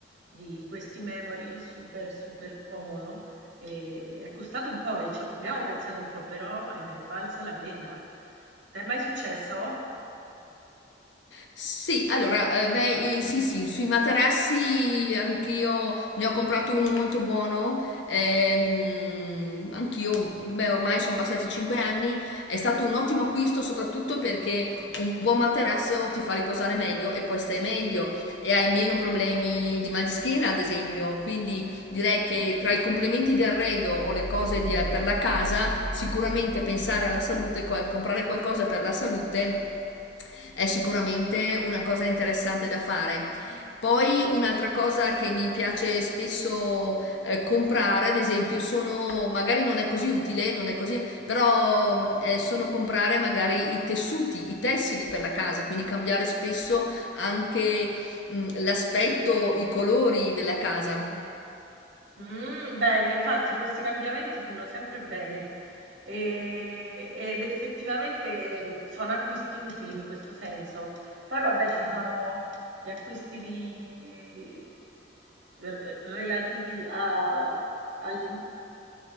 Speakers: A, on the right; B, on the left.
A: di questi Memory, super super comodo, e è costato un po', e ci abbiamo pensato un po', però eh, ne è valsa la pena. Ti è mai successo?
B: Sì, allora, eh, beh, eh, sì, sì, sui materassi anch'io ne ho comprato uno molto buono. ehm, anch'io, beh, ormai sono passati 5 anni. È stato un ottimo acquisto, soprattutto perché un buon materasso ti fa riposare meglio e poi stai meglio e hai meno problemi di mal di schiena, ad esempio. Quindi direi che tra i complementi di arredo o le cose di- per la casa, sicuramente pensare alla salute, co- comprare qualcosa per la salute è sicuramente una cosa interessante da fare. Poi un'altra cosa che mi piace spesso eh, comprare, ad esempio, sono, magari non è così utile, non è così, però mm, eh, sono comprare magari i tessuti, i tessili per la casa, quindi cambiare spesso anche mh, l'aspetto, i colori della casa.
A: Mm, bene, infatti questi cambiamenti fanno sempre bene e- ed effettivamente mm, sono acquisti utili in questo senso. Poi vabbè, ci sono gli acquisti di- r- relativi a- agli,